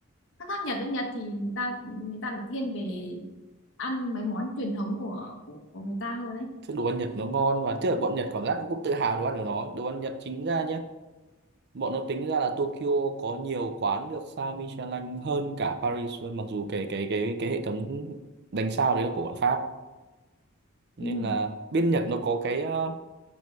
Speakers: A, on the left; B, on the right.
A: khác khác Nhật đấy Nhật thì người ta người ta lại thiên về ăn mấy món truyền thống của của, của người ta hơn đấy
B: đồ ăn Nhật nó ngon và tức là bọn Nhật cảm giác nó cũng tự hào đồ ăn của nó đồ ăn Nhật chính ra nhá bọn nó tính ra là Tokyo có nhiều quán được sao Michelin hơn cả Paris luôn mặc dù cái cái cái cái hệ thống đánh sao đấy là của bọn Pháp nên
A: Ừ.
B: là bên Nhật nó có cái ờ,